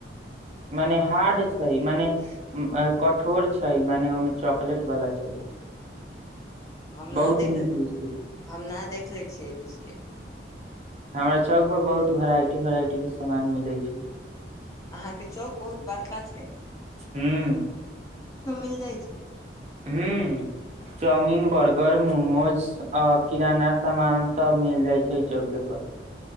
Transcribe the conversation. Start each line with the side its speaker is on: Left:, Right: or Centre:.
Right: मने हार्ड
Left: अब
Right: छै मने कठोर छै मने ओहिमे चॉकलेट वाला छै
Left: हम ना
Right: बहुत
Left: देख
Right: नीक बिस्कुट
Left: हम ना देखलै छियै ई बिस्किट
Right: हमरा चौक पर बहुत वेराइटी वेराइटी कऽ सामान मिलै छै
Left: अहांके चौक बहुत बड़का छैय
Right: हूँ,
Left: मिल जाइ छै
Right: हूँ चाउमिन बर्गर मोमोज अ किराना सामान सब मिल जाइ छै चौके पर